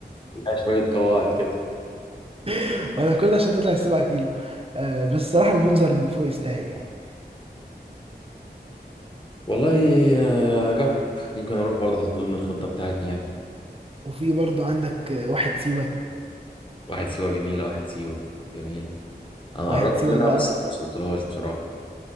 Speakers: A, on the left; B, on the right.
A: لا، شويه قواعد كده
B: <laughs> ولا كل ده عشان تطلع 7 كيلو آه بس الصراحه المنظر من فوق يستاهل يعني
A: والله آه، اجرب ممكن اروح برضه احط ضمن الخطه بتاعتي يعني
B: وفي برضو عندك آه، واحد سيوة
A: واحد سيوه جميله واحد سيوه جميله انا
B: واحد
A: قربت
B: سيوة
A: منها
B: بقى
A: بس ما وصلتلهاش بصراحه